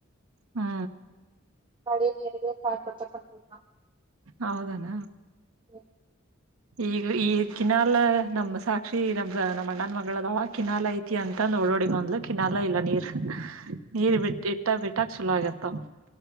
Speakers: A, on the right; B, on the right.
A: ಹಾ
B: ಮಳೆ ನೀರಿಗೆರಿಗೆ ಕಾಯ ಕೊೊಡ್ತಾ ಬೊಂಡ ನ
A: ಹೌದಾನ
B: <inaudible>
A: ಈಗ ಈ ಕಿನಾಲ ನಮ ಸಾಕ್ಷಿ ನಮ ನಮ್ಮ ಅಣ್ಣನ್ ಮಗಳದವಳ ಕಿನಾಲ ಐತಿ ಅಂತಂದ ನೋಡೋಡಿ ಬಂದ್ಲು ಕಿನಾಲ ಇಲ್ಲ ನೀರ್ ನೀರ್ ಬಿಟ್ಟ ಇಟ್ಟ ಬಿಟ್ಟಕ್ ಚಲೋ ಆಗಿರ್ತಾವ